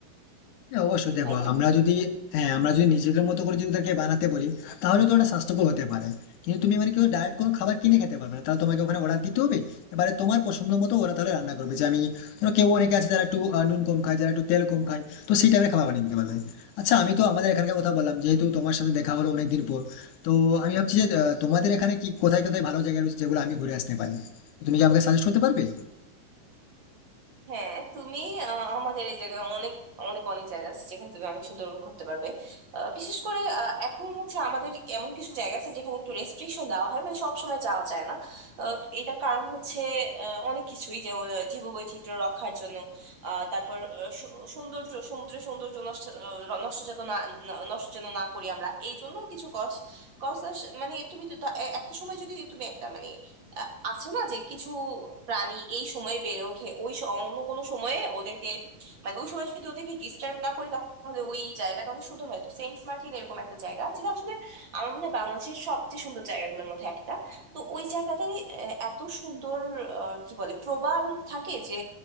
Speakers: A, on the left (about 70°); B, on the right (about 35°).
A: হ্যাঁ অবশ্যই দেখো
B: তাই না
A: আমরা যদি হ্যাঁ আমরা যদি নিজেদের মতো করে যদি তাকে বানাতে বলি তাহলে তো ওটা স্বাস্থ্যকর হতে পারে কিন্তু তুমি মানে কেউ ডায়েট কোনো খাবার কিনে খেতে পারবে না তাহলে তোমাকে ওখানে অর্ডার দিতে হবে এবারে তোমার পছন্দ মতো ওরা তাহলে রান্না করবে যে আমি ধরো কেউ অনেকে আছে যারা একটু আহ, নুন কম খায় যারা একটু তেল কম খায় তো সেই টাইপের খাবার বানিয়ে দিতে পারবে আচ্ছা আমি তো আমাদের এখানকার কথা বললাম যেহেতু তোমার সাথে দেখা হলো অনেকদিন পর তো আমি ভাবছি যে আহ, তোমাদের এখানে কি কোথায় কোথায় ভালো জায়গা রয়েছে যেগুলো আমি ঘুরে আসতে পারি তো তুমি কি আমাকে সাজেস্ট করতে পারবে
B: হ্যাঁ তুমি আহ, আমাদের এই জায়গায় অনেক অনেক অনেক জায়গা আছে যেখানে তুমি অনেক সুন্দর উপভোগ করতে পারবে আহ, বিশেষ করে আহ, এখন হচ্ছে আমাদের এমন কিছু জায়গা আছে যেখানে একটু রেস্ট্রিকশন দেওয়া হয় মানে সব সময় যাওয়া যায় না আহ, এটার কারণ হচ্ছে আহ, অনেক কিছুই যেমন আহ, জীববৈচিত্র্য রক্ষার জন্য আহ, তারপর আহ, সু- সৌন্দর্য সমুদ্রের সৌন্দর্য নষ্ট আহ, নষ্ট যাতে না না- নষ্ট যেন না করি আমরা এই জন্য কিছু কস কস মানে তুমি তো তা- এ- একটা সময় যদি তুমি একটা মানে আ- আছে না যে কিছু প্রাণী এই সময়ে বেড়ে ওঠে ওই স- অন্য কোনো সময়ে ওদেরকে মানে ওই সময় যদি ওদেরকে ডিস্টার্ব না করি তাহলে ওই জায়গাটা অনেক সুন্দর হয় তো সেন্ট মার্টিন এরকম একটা জায়গা যেটা আসলে আমার মনে হয় বাংলাদেশের সবচেয়ে সুন্দর জায়গাগুলোর মধ্যে একটা তো ওই জায়গাটায় আহ, এত সুন্দর আহ, কি বলে প্রবাল থাকে যে